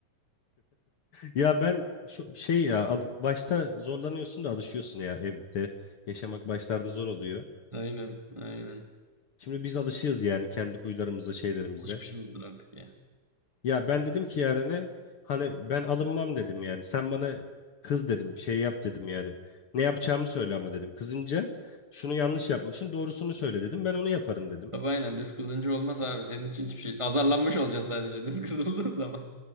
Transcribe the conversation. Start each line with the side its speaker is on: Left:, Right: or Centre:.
Left: ya ben şu şey ya al- başta zorlanıyorsun da alışıyorsun ya evde. Yaşamak başlarda zor oluyor.
Right: <laughs> Aynen aynen.
Left: Şimdi biz alışığız yani kendi huylarımıza, şeylerimize.
Right: Alışmışsınızdır artık ya.
Left: Ya ben dedim ki Yaren'e hani ben alınmam dedim yani. Sen bana kız dedim şey yap dedim yani. Ne yapacağımı söyle ama dedim. Kızınca şunu yanlış yapmışsın doğrusunu söyle dedim. Ben onu yaparım dedim.
Right: Tabii aynen düz kızınca olmaz abi. Senin için hiçbir şey. Azarlanmış olacaksın sadece <laughs> düz kızıldığın zaman.